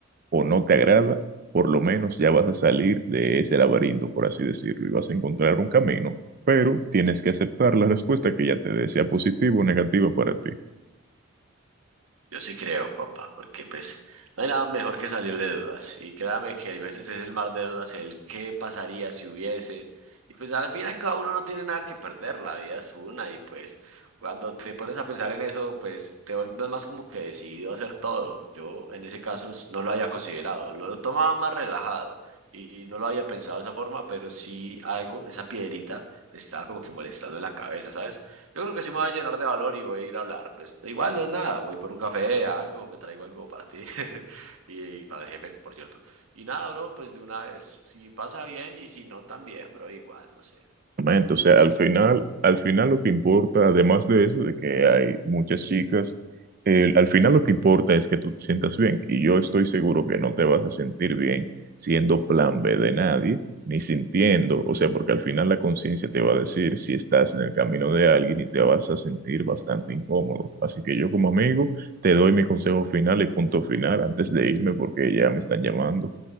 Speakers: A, on the right (about 45°); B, on the right (about 80°).
A: o no te agrada, por lo menos ya vas a salir de ese laberinto, por así decirlo, y vas a encontrar un camino, pero tienes que aceptar la respuesta que ya te dé, sea positiva o negativa para ti.
B: Yo sí creo, papá, porque pues no hay nada mejor que salir de dudas. Y créame que hay veces es el mar de dudas, el qué pasaría si hubiese. Y pues al final cada uno no tiene nada que perder, la vida es una. Y pues cuando te pones a pensar en eso, pues te vuelves más como que decidido a hacer todo. Yo en ese caso s- no lo había considerado, lo tomaba más relajado y no lo había pensado de esa forma, pero sí algo, esa piedrita, me estaba como que molestando en la cabeza, ¿sabes? Yo creo que sí me va a llenar de valor y voy a ir a hablar. Pues igual no es nada, voy por un café, a algo, me traigo algo para ti <laughs> y para el jefe, por cierto. Y nada, bro, pues de una vez, si pasa bien y si no también, bro, igual, no sé.
A: Exactamente,
B: Hay
A: o sea,
B: muchas
A: al final,
B: chicas.
A: al final lo que importa, además de eso, de que hay muchas chicas, eh, al final lo que importa es que tú te sientas bien. Y yo estoy seguro que no te vas a sentir bien siendo plan B de nadie, ni sintiendo, o sea, porque al final la conciencia te va a decir si estás en el camino de alguien y te vas a sentir bastante incómodo. Así que yo como amigo te doy mi consejo final y punto final antes de irme porque ya me están llamando